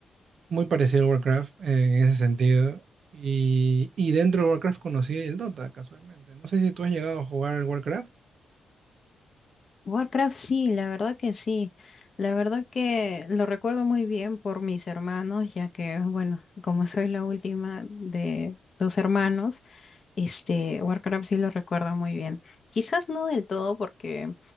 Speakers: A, on the right; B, on the left.
A: Muy parecido al Warcraft eh, en ese sentido. Y, y dentro de Warcraft conocí el Dota, casualmente. No sé si tú has llegado a jugar al Warcraft.
B: Warcraft sí, la verdad que sí. La verdad que lo recuerdo muy bien por mis hermanos, ya que, bueno, como soy la última de dos hermanos, este, Warcraft sí lo recuerdo muy bien. Quizás no del todo porque,